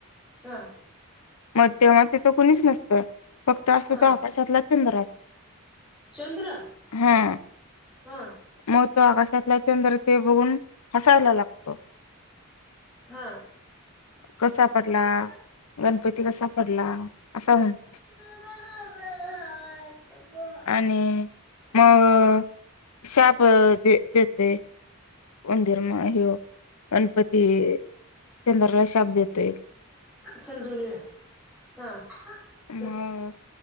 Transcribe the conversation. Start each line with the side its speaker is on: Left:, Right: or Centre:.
Centre: हा
Left: मग तेव्हा तिथं कोणीच नसतं फक्त असतो
Centre: हा
Left: तो आकाशातला चंद्र
Centre: चंद्र
Left: हा
Centre: हा
Left: म तो आकाशातला चंद्र ते बघून हसायला लागतो
Centre: हा
Left: कसा पडला
Centre: हा.
Left: गणपती कसा पडला, असा म्हणतो असतो
Centre: <unintelligible> जातोय
Left: आणि मग शाप दे देतोय उंदिर म ह गणपती चंद्राला शाप देतोय
Centre: चल धूऊन येऊया हा चल
Left: मग